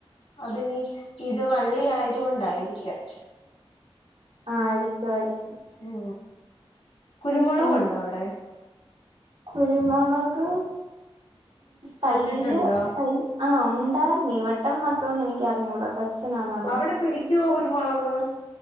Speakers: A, on the left; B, on the right.
A: അതി ഇനി ഇത് വള്ളി ആയത് കൊണ്ടായിരിക്കാം
B: ആ ആയിരിക്കും ആയിരിക്കും ആ
A: ഉം കുരുമുളക്
B: ഉം
A: ണ്ടോ അവിടെ
B: കുരുമുളക് തൈയില്
A: നട്ടിട്ടുണ്ടോ
B: തൈ ആഹ് ഇ ഈവട്ടം നട്ടോന്ന് എനിക്കറിഞ്ഞൂടാ അച്ചനാ നടുന്നത്
A: അവിടെ പിടിക്കുവോ കുരുമുളക്